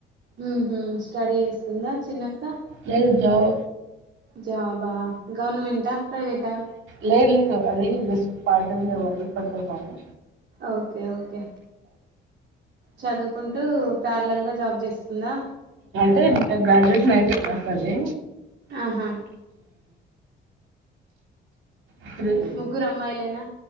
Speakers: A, on the right; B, on the right.
A: మ్మ్ హ్మ్ స్టడీ జేస్తుందా చిన్నక్కా
B: లేద్ జావో
A: జాబా గవర్నమెంటా ప్రైవేటా
B: లేద్ లేదు అదీ విష్ పార్ట్ టైం లే only for the form
A: okay okay చదువుకుంటూ ప్యార్లల్ గా జాబ్ జేస్తుందా.
B: టే ఇక్కడ గ్రాడ్యుయేషన్ అయిపేందా అక్క ది
A: ఆహా
B: ఇప్పుడు
A: ముగ్గురు అమ్మాయిలేనా